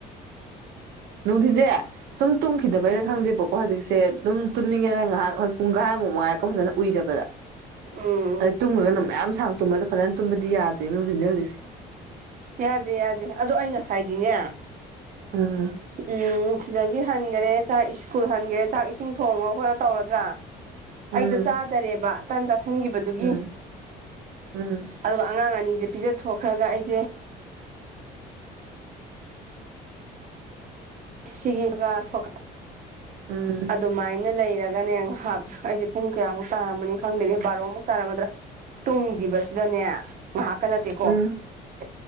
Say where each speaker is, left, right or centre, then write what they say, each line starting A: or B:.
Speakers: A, on the right (about 80°); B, on the right (about 50°).
A: ꯅꯨꯡꯊꯤꯁꯦ ꯁꯨꯝ ꯇꯨꯝꯈꯤꯗꯕꯩꯩꯔꯥ
B: ꯎꯝ
A: ꯈꯪꯗꯦꯕꯣꯛ ꯍꯧꯖꯤꯛꯁꯦ ꯑꯗꯨꯝ ꯇꯨꯝꯅꯤꯡꯉꯦꯔ ꯉꯥꯏꯍꯥꯛ ꯍꯣꯏ ꯄꯨꯡ ꯒꯥꯏꯃꯨꯛ ꯃꯉꯥꯏꯔꯛꯀꯣ ꯐꯖꯅ ꯎꯏꯗꯕꯗ
B: ꯎꯝ
A: ꯑ ꯇꯨꯝꯂꯒ ꯃꯌꯥꯝ ꯁꯥꯡ ꯇꯨꯝꯕꯗ ꯐꯖꯅ ꯇꯨꯝꯕꯗꯤ ꯌꯥꯗ꯭ꯔꯦꯅ ꯍꯧꯖꯤꯛ ꯍꯧꯖꯤꯛꯁꯦ
B: ꯌꯥꯗꯦ ꯌꯥꯗꯦ ꯑꯗꯣ ꯑꯩ ꯉꯁꯥꯏꯗꯤꯅꯦ
A: ꯎꯝ
B: ꯎꯝ ꯁꯤꯗꯒꯤ ꯍꯟꯈꯔꯦ ꯆꯥꯛ ꯁ꯭ꯀꯨꯜ ꯍꯟꯒꯦꯔꯦ ꯆꯥꯛ ꯏꯁꯤꯡ ꯊꯣꯡꯉ ꯈꯣꯠꯂ ꯇꯧꯔꯗ꯭ꯔꯥ ꯑꯩꯗꯣ
A: ꯎꯝ
B: ꯆꯥꯗꯔꯦꯕ ꯇꯥꯟ ꯆꯥꯥꯁꯟꯈꯤꯕꯗꯨꯒꯤ
A: ꯎꯝ ꯎꯝ
B: ꯑꯗꯨꯒ ꯑꯉꯥꯡ ꯑꯅꯤꯁꯦ ꯄꯤꯖꯊꯣꯛꯈ꯭ꯔꯒ ꯑꯩꯁꯦ ꯁꯤꯒ ꯁ
A: ꯎꯝ
B: ꯑꯗꯨꯃꯥꯏꯅ ꯂꯩꯔꯒ ꯅꯦ ꯉꯥꯏꯍꯥꯛ ꯑꯩꯁꯦ ꯄꯨꯡ ꯀꯌꯥꯃꯨꯛ ꯇꯥꯔꯝꯃꯅꯤ ꯈꯪꯗꯦꯦ ꯕꯥꯔꯣꯃꯨꯛ ꯇꯥꯔꯝꯃꯗ꯭ꯔꯥ ꯇꯨꯡꯈꯤꯕꯁꯦ ꯁꯤꯗꯅꯦ ꯃꯍꯥꯛꯀ ꯅꯠꯇꯦꯀꯣ
A: ꯎꯝ
B: ꯑ